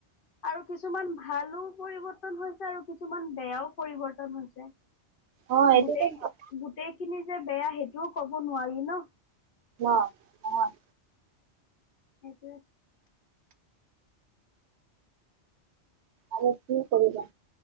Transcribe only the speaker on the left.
আৰু কিছুমান ভালো পৰিৱৰ্তন হৈছে আৰু কিছুমান বেয়াও পৰিৱৰ্তন হৈছে।
গোটেই
গোটেইখিনি যে বেয়া সেইটোও কব নোৱাৰি ন?
সেইটোৱে।